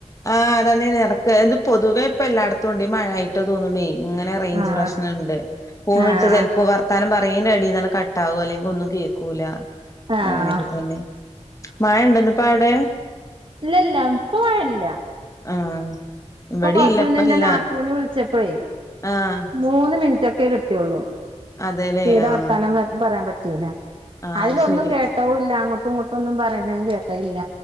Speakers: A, on the left; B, on the right.
A: ആഹ്തന്നെയാൻ എടക്ക് ഇത് പൊതുവേ ഇപ്പ എല്ലായിടത്തും ഉണ്ട് മഴായി ട്ട് തോന്ന്ണു ഇങ്ങനെ റേഞ്ച്
B: ആഹ്
A: പ്രശ്നണ്ട് ഫോൺ വിളിച്ചാൽ
B: ആഹ്
A: ചെലപ്പോ വർത്താനം പറയുന്നെൻ്റെ ഇടയിൽ കട്ടാവും അല്ലെങ്കിൽ ഒന്നും കേക്കൂല്ല
B: ആഹ്
A: അങ്ങനെയൊക്കെ തന്നെ മഴ ഉണ്ടോ ഇന്നിപ്പോ അവിടെ
B: ഇല്ല ല്ല ഇപ്പോ മഴയില്ല
A: ആഹ് ഇവിടെ
B: ഇപ്പൊ കൊറച്ച്
A: ഇല്ല
B: മുന്നെ
A: ഇപ്പ
B: ഇന്റെ
A: ഇല്ല
B: നാത്തൂന് വിളിച്ചപ്പോഴെ
A: ആഹ്
B: മൂന്ന് മിൻറ്റൊക്കെ കിട്ടിയുള്ളൂ
A: അതെല്ലേ
B: തീരെ
A: ആഹ്
B: വർത്താനം പറയാൻ പറ്റീല.
A: ആഹ്
B: അതിലൊന്നും
A: ശരി
B: കേട്ടോ ഇല്ല അങ്ങോട്ടും ഇങ്ങോട്ടും ഒന്നും പറയുന്നതും കേട്ടോ ഇല്ല.